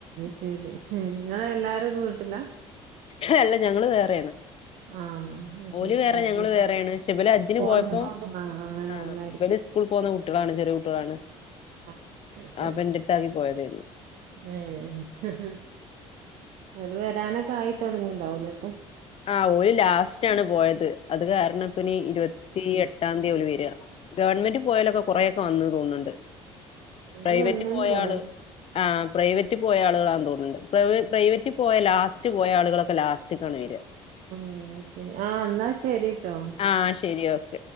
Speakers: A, on the right; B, on the left.
A: ഇങ്ങള് എല്ലാരും ഒരു വീട്ടിലാ
B: അല്ല ഞങ്ങള് വേറെയാണ്
A: ആ അയ്
B: ഓല്
A: ശരി
B: വേറെ
A: അജ്ജ്
B: ഞങ്ങള് വേറെയാണ് പക്ഷെ ഇബല് ഹജ്ജിന്
A: അ
B: പോയപ്പോ
A: ആ അങ്ങനെ
B: ആഹ്
A: വന്ന ആയിരി
B: ഇവര് സ്കൂളിൽ പോകുന്ന കുട്ടികളാണ് ചെറിയ കുട്ടികളാണ്
A: അ അഹ്‌ ശരി
B: അപ്പൊ എന്റെടുത്താക്കി പോയതായിരുന്നു
A: ഏ ഹ് ഹ് അവല് വേ വരാനൊക്കെ ആയി തൊടങ്ങിണ്ടാ വുല്ലെ ഇപ്പം
B: ആ ഓൽ ലാസ്റ്റ് ആണ് പോയത് അത് കാരണം ഇപ്പം ഇനി ഇരുവത്തി എട്ടാ ന്തി ഓല് വര് ഗവണ്മന്റ് പോയാലൊക്കെ കുറേ ഒക്കെ വന്ന് തോൺണ്ട്
A: ഓല്
B: പ്രൈവറ്റ്
A: വന്ന്ണ്
B: പോയ
A: കൊറേ
B: ആള് ആ പ്രൈവറ്റ് പോയാ ആള്കളാൺ തോൺ ണ്ട് പ്രൈവ പ്രൈവറ്റ് പോയ ലാസ്റ്റ് പോയാളുകളൊ ലാസ്റ്റിക്ക് ആണ് വര്
A: അമ് പിന്നെ ആ എന്നാ ശരീട്ടൊ
B: ആഹ് ശരി ഓക്കെ